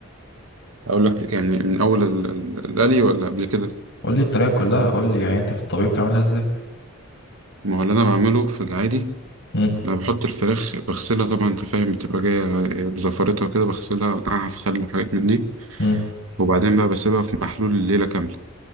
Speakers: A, on the right; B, on the left.
A: اقول لك يعني من اول ال- ال- القلي ولا قبل كده
B: قول لي الطريقة كلها قول لي يعني انت في الطبيعي بتعملها ازاي
A: ما هو اللي انا بعمله في العادي
B: مم.
A: انا بحط الفراخ بغسلها طبعا انت فاهم بتبقى جايه بزفرتها كده بغسلها وانقعها في خل وحاجات من دي
B: مم.
A: وبعدين بقى بسيبها في محلول الليله كامله